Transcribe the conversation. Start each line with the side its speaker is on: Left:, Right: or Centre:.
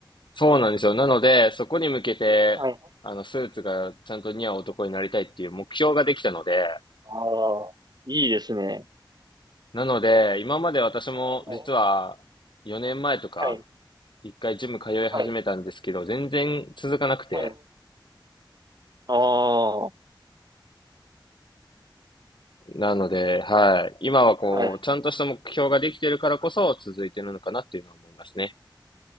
Left: そうなんですよ。なので、そこに向けて、
Right: はい。
Left: あの、スーツがちゃんと似合う男になりたいっていう目標ができたので、
Right: ああ、いいですね。
Left: なので、今まで私も実は4年前とか、
Right: はい、はい、
Left: 一回ジム通い始めたんですけど、
Right: はい、
Left: 全然続かなくて。
Right: はい。ああ、は
Left: なので、はい。今はこう、
Right: い。
Left: ちゃんとした目標ができてるからこそ続いてるのかなっていうのは思いますね。